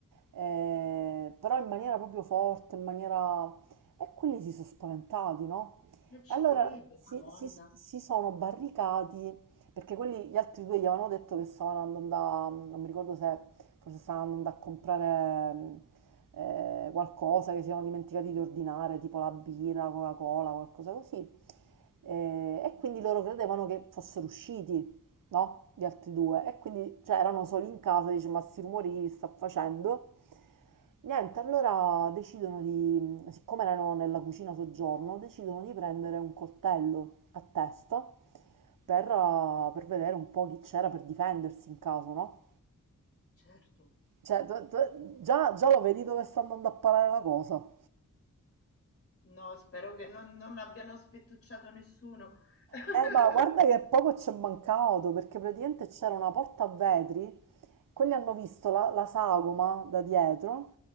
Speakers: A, on the right; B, on the left.
A: Eh, però in maniera proprio forte, in maniera... E quelli si sono spaventati, no?
B: non ci
A: E allora
B: credo,
A: si,
B: Madonna,
A: si- si sono barricati perché quelli, gli altri due gli avevano detto che stavano andando a, non mi ricordo se forse stavano andando a comprare mh, eh, qualcosa che si erano dimenticati di ordinare, tipo la birra, la Coca-Cola, qualcosa così. Eh, e quindi loro credevano che fossero usciti, no? Gli altri due. E quindi cioè, erano soli in casa, dice ma sti rumori che sta facendo? Niente, allora decidono di, siccome erano nella cucina soggiorno, decidono di prendere un coltello a testa per, eh, per vedere un po' chi c'era per difendersi in caso, no?
B: certo.
A: Cioè, tu- tu- già, già lo vedi dove sta andando a parare la cosa.
B: No, spero che non, non abbiano sfettucciato nessuno. <laughs>
A: Eh, ma guarda che poco ci è mancato, perché praticamente c'era una porta a vetri, quelli hanno visto la, la sagoma da dietro,